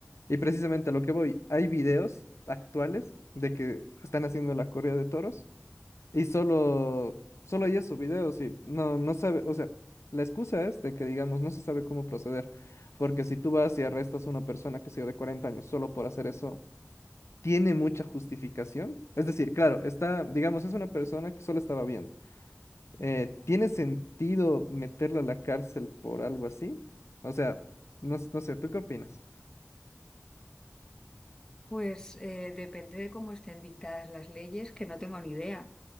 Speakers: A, on the left; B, on the left.
A: Y precisamente a lo que voy, hay videos actuales de que están haciendo la corrida de toros y solo, solo hay esos videos y no, no sabe, o sea, la excusa es de que, digamos, no se sabe cómo proceder, porque si tú vas y arrestas a una persona que sea de 40 años solo por hacer eso, ¿tiene mucha justificación? Es decir, claro, está, digamos, es una persona que solo estaba viendo. Eh, ¿tiene sentido meterla a la cárcel por algo así? O sea, no, s- no sé, ¿tú qué opinas?
B: pues eh, depende de cómo estén dictadas las leyes, que no tengo ni idea.